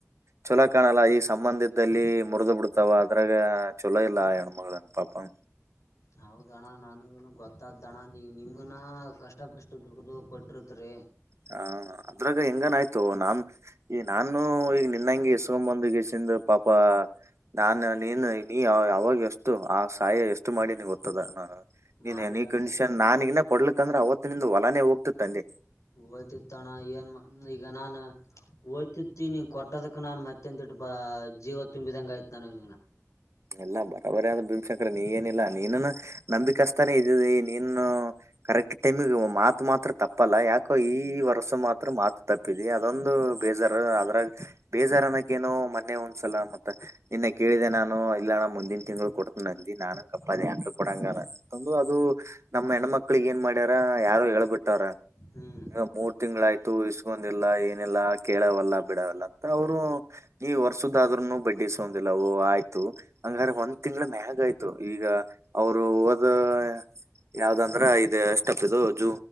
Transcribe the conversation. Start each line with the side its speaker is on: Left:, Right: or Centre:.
Right: ಚಲೋ ಕಾಣಲ್ಲ ಈ ಸಂಬಂಧ ಇದ್ದಲ್ಲಿ ಮುರುದು ಬಿಡ್ತಾವ ಅದ್ರಾಗ ಚಲೋ ಇಲ್ಲ <unintelligible> <unintelligible>
Left: ಹೌದ್ ಅಣ್ಣಾ ನನಗುನು ಗೊತ್ತಾದ ಅಣ್ಣಾ ನೀ ನಿಮನ ಕಷ್ಟಪಷ್ಟು ದುಡದು ಕೊಟ್ಟಿರ್ತೀರಿ.
Right: ಹ ಅದ್ರಾಗ ಹೆಂಗ್ ಅಣ್ಣಾ ಆಯ್ತು ನಾನ್ ಈಗ್ ನಾನು ಈಗ ನಿನ್ನಂಗೆ ಎಸ್ಕೊಂಡ್ ಬಂದ ಗಿಸ್ಸಿಂದ್ ಪಾಪ ನಾನ ನೀನ ನೀ ಅವಾಗ ಎಷ್ಟು ಆ ಸಹಾಯ ಎಷ್ಟು ಮಾಡಿ ನೀ ಗೊತ್ತದ <unintelligible> ನೀನ್
Left: ಮಾಡಿದಣ
Right: ಎನಿ ಕಂಡೀಷನ್ ನಾನ್ ಇನ್ ಕೊಡ್ಲಿಕ್ಕಂದ್ರ ಅವತ್ತ್ ನಿಂದ್ ಹೊಲಾನೆ ಹೋಗ್ತಿತ್ ಅಂದೆ.
Left: ಓಯ್ತಿತ್ತಣ್ಣ ಏನ್ ಈಗ ನಾನ ಹೋಯ್ತಿತ್ತ್ <unintelligible> ಕೊಟ್ಟದಕ ನಾನ್ ಮತ್ತೆ <unintelligible> ಬ ಜೀವ ತುಂಬಿದಂಗ ಆಯ್ತ್ ನನಗ್ ನೀನ್.
Right: ಎಲ್ಲ ಬರಬರಿ <unintelligible> ಭೀಮಶಂಕರ ನೀ ಏನಿಲ್ಲಾ ನೀನನ ನಂಬಿಕಸ್ತಾನೇ ಇದಿದಿ ನೀನ್ನು. ಕರೆಕ್ಟ್ ಟೈಮಿಗೆ ಮಾತು ಮಾತ್ರ ತಪ್ಪಲ್ಲ ಯಾಕೋ ಈ ವರ್ಷ ಮಾತ್ರ ಮಾತು ತಪ್ಪ ಪ್ಪಿದೆ ಅದೊಂದು ಬೇಜಾರ ಅದ್ರಾಗ ಬೇಜಾರ ಅನಾಕ್ಕೇನು ಮೊನ್ನೆ ಒಂದ್ಸಲ ಮತ್ತ ನಿನ್ನೆ ಕೇಳಿದೆ ನಾನು ಇಲ್ಲ ಅಣ್ಣಾ ಮುಂದಿನ ತಿಂಗಳು ಕೊಡ್ತನ್ ಅಂದಿ ನಾನ ಗಪ್ಪ ಅದೇ <unintelligible> ನಮ್ಮ ಹೆಣ್ಮಕ್ಳಗ್ ಏನ್ ಮಾಡ್ಯಾರ ಯಾರೊ ಹೇಳ್ಬಿಟ್ಟಾರ
Left: ಹ್ಮ್.
Right: ಈಗ ಮೂ ತಿಂಗಳಾಯ್ತು ಇಸ್ಕೊಂದಿಲ್ಲ ಏನಿಲ್ಲ ಕೇಳವಲ್ಲ ಬಿಡವಲ್ಲ ಅಂತ ಅವರು ನೀ ವರ್ಷದ್ ಆದ್ರೂನು ಬಡ್ಡಿ ಇಸ್ಕೊಂಡಿಲ್ಲ ಓ ಆಯ್ತು. ಹಂಗಾರ ಒಂದ್ ತಿಂಗಳ ಮ್ಯಾಗ್ ಆಯ್ತು ಈಗ ಅವರು ಓದ್ ಅ ಯಾವ್ದಂದ್ರ ಇದು ಎಷ್ಟಪ್ ಇದು ಜೂ